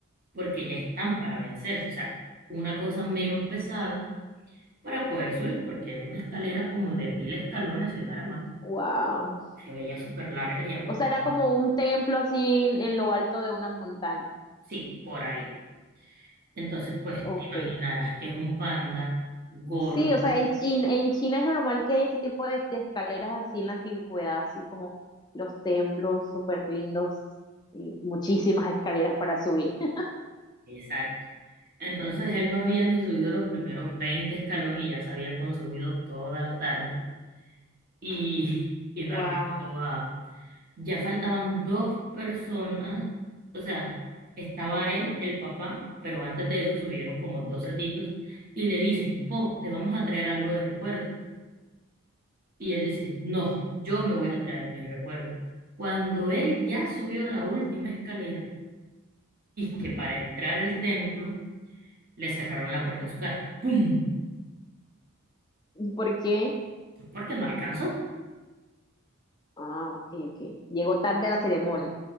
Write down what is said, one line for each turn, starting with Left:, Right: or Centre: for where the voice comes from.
Right: porque ya están para vencerse, o sea, una cosa menos pesada para poder subir, porque era una escalera como de mil escalones, y no era más,
Left: Wow.
Right: se veía súper larga y aparte,
Left: O sea, era
Right: no.
Left: como un templo así en, en lo alto de una montaña.
Right: sí, por ahí. Entonces, pues
Left: Ok.
Right: te imaginarás que es un panda gordo,
Left: Sí, o sea, en China, en China es normal que haya ese tipo de, de escaleras así en la antigüedad, así como los templos súper lindos y muchísimas escaleras para subir. <laughs>
Right: exacto. Entonces él no había ni subido los primeros 20 escalones y ya se había consumido toda la tarde y, y no
Left: Wow.
Right: alcanzó ya faltaban dos personas, o sea, estaba él, el papá, pero antes de eso subieron como dos cerditos y le dicen, Po, te vamos a traer algo de recuerdo. Y él dice, no, yo me voy a traer mis recuerdos. Cuando él ya subió la última escalera, que para entrar al templo, le cerraron la puerta en su cara. ¡Pum!
Left: ¿Por qué?
Right: Porque no alcanzó.
Left: Ah, ok, ok. Llegó tarde a la ceremonia.